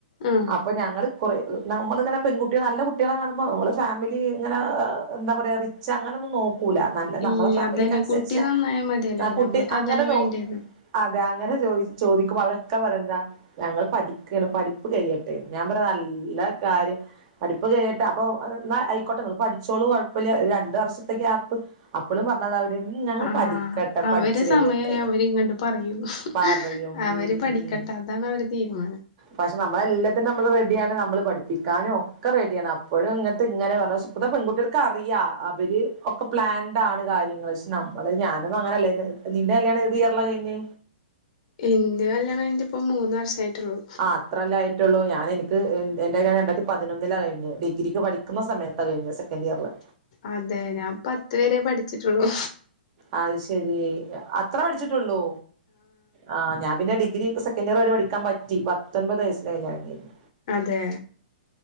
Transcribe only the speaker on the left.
ആഹ്
ഇല്ല
അതന്നെ കുട്ടി നന്നായാ മതിയല്ലോ
നമ്മൾക്ക്
അതല്ലേ
വേണ്ടിയത്
ആഹ്
അവരെ
സമയായാ അവരിങ്ങണ്ട് പറയും.
അവര്
പഠിക്കട്ടെ
അതാണവരെ തീരുമാനം.
ഇന്റെ കല്യാണം കഴിഞ്ഞ് ട്ടിപ്പം മൂന്ന് വർഷായിട്ടൊള്ളു.
അതെ ഞാൻ പത്ത് വരെ പഠിച്ചിട്ടുള്ളു.
അതെ.